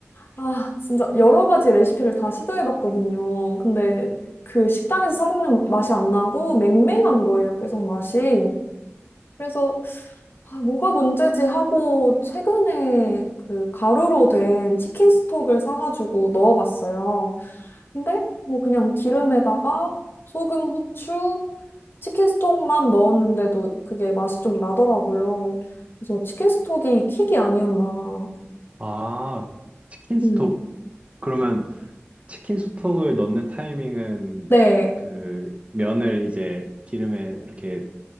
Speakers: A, on the left; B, on the right.
A: 아, 진짜 여러 가지 레시피를 다 시도해봤거든요. 근데 그 식당에서 사먹는 맛이 안 나고 맹맹한 거예요, 계속 맛이. 그래서, 아, 뭐가 문제지 하고 최근에 그 가루로 된 치킨 스톡을 사가지고 넣어봤어요. 근데 뭐 그냥 기름에다가 소금, 후추, 치킨 스톡만 넣었는데도 그게 맛이 좀 나더라고요. 그래서 치킨 스톡이 킥이 아니었나.
B: 아, 치킨 스톡.
A: 음.
B: 그러면 치킨 스톡을 넣는 타이밍은
A: 네.
B: 그 면을 이제 기름에 이렇게